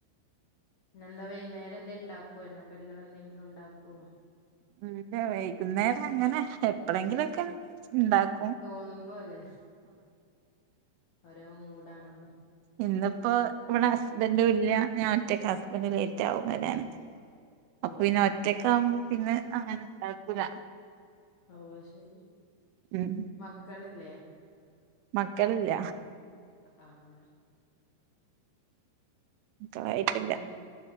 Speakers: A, on the left (about 60°); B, on the right (about 85°).
A: പിന്നെന്താ വൈന്നേരം എന്തേ ണ്ടാക്കോ, എണ്ണക്കടികൾ എന്തെങ്കിലും ണ്ടാക്കോ
B: ല്ല വൈകുന്നേരങ്ങനെ എപ്പളെങ്കിലക്കെ ണ്ടാക്കും
A: തോന്നുമ്പോല്ലേ ഓരോ മൂഡാണല്ലോ
B: ഇന്ന്പ്പോ ഇവിടെ ഹസ്ബൻഡും ഇല്ല, ഞാഒറ്റക്ക ഹസ്ബൻഡ് ലേറ്റാകും വരാന്
A: <inaudible>
B: അപ്പൊ പിന്നെ
A: ഓ
B: ഒറ്റക്കാകുമ്പോ പിന്നെ അങ്ങനെണ്ടാക്കൂല
A: ഓഹ് അത് ശരി
B: ഉം
A: മക്കള്ല്ലേ
B: മക്കള് ല്ല
A: ആഹ് ആഹ്
B: മക്കളായിട്ടില്ല
A: പിന്നെന്താ